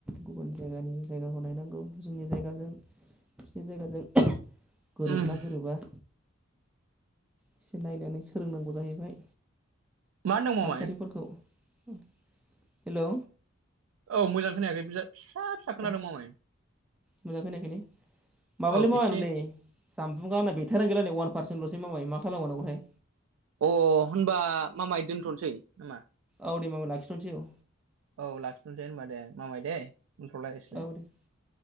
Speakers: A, in the centre; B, on the right.
A: गुबुन जायगानि जायगाखौ नायनांगौ जोंनि जायगाजों। बिसिरनि जायगाजों गोरोबोना
B: उम
A: गोरोबा एसे नायनानै सोलोंनांगौ जाहैबाय
B: मा होनदों मामाय
A: थासारिफोरखौ हेलौ
B: औ मोजां खोनायाखै बिजा फिसा फिसा खोनादों
A: अ
B: मामाय
A: मोजां खोनायाखै ने माबालै
B: औ
A: माबा
B: एसे
A: नै सामफ्रु गावना बेथारी गैला नै अवान पारसेन्टल'सै माबाय मा खालामबावनांगौ थाय
B: ओ होनबा मामाय दोनथ'नोसै नामा?
A: ओ दे मामा लाखिथनसै ओ
B: औ लाखिथ'दे होनबा दे मामाय दे बुंथ'लायसैलाय
A: औ दे उम